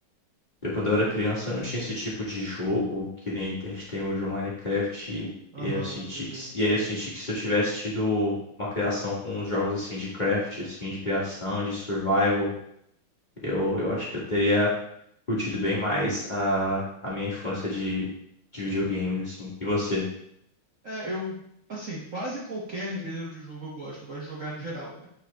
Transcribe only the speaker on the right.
Aham,
entendi.
É, eu, assim, quase qualquer gênero de jogo eu gosto. Eu gosto de jogar no geral, né?